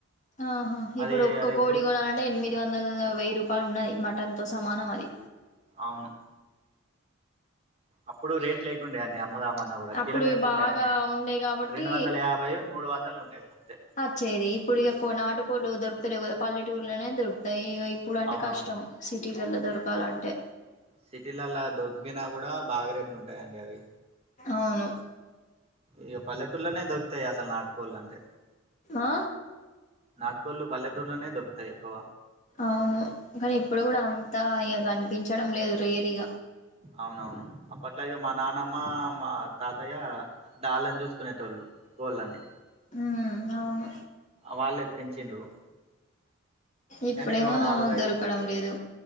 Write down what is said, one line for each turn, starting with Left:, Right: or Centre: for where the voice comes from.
Left: ఆహా
Right: అది
Left: ఇప్పుడు ఒక్క
Right: అది
Left: కోడి
Right: ఎప్పుడు
Left: కొనాలంటే ఎనిమిది వంద వందల వెయ్యి రూపాయలు ఉన్నది మటన్ తో సమానం అది
Right: అవును అప్పుడు రేట్ లేకుండే అండి అమ్ముదాం మన్నా కూడా
Left: అప్పుడు
Right: కిలోకి ఎంత ఉండే
Left: బాగా
Right: అండి
Left: ఉండే కాబట్టి
Right: రెండు వందల యాభై మూడు వందలు ఉండే గంతే
Left: అచ్చేది ఇప్పుడు ఇక కొ నాటుకోళ్లు దొరు తెలియదు పల్లెటూర్లనే దొరుకుతాయి ఇగ ఇప్పుడు అంటే
Right: అవునవును
Left: కష్టం సిటీలల్లో దొరకాలంటే
Right: సిటీలలా దొరికినా కూడా బాగా రేట్లు ఉంటాయండి అవి
Left: అవును
Right: ఇగ పల్లెటూళ్లనే దొరుకుతాయి అసలు నాటుకోళ్ళు అంటే
Left: ఆ
Right: నాటుకోళ్లు పల్లెటుర్లనే దొరుకుతాయి ఎక్కువ
Left: అవును కానీ ఇప్పుడు కూడా అంతా ఇగ కనిపించడం లేదు రేర్ ఇగ
Right: అవునవును అప్పట్లా ఇగ మా నానమ్మ మా తాతయ్య దాళ్ళని చూసుకునేటోళ్ళు. కోళ్ళని
Left: ఉ అవును
Right: వాళ్ళే పెంచిండ్రు
Left: ఇప్పుడేమో
Right: కానీ ఓ నాలుగు ఐదు
Left: దొరకడం లేదు